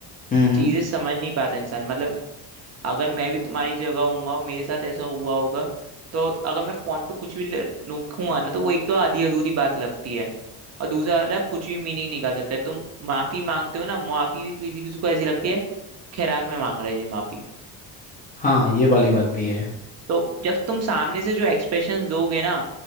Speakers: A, on the left (about 20°); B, on the right (about 40°).
A: हम्म हम्म
B: चीजें समझ नहीं पाता इंसान मतलब अगर मैं भी तुम्हारी जगह हूंगा मेरे साथ ऐसा हुआ होगा तो अगर मैं फोन पे कुछ भी ल- लिखूंगा ना तो वो एक तो आधी अधूरी बात लगती है और दूसरा वाला कुछ भी मीनिंग निकाल सकता है तुम माफी मांगते हो ना माफी भी किसी किसी को ऐसी लगती है खैराक में मांग रहे जी माफी
A: हाँ ये वाली बात भी है
B: तो जब तुम सामने से जो एक्सप्रेशंस दोगे ना